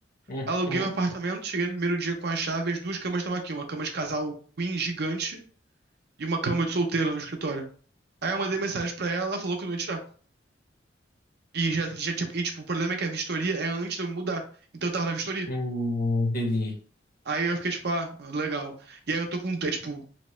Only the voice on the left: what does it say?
Uhum.
Hum, entendi.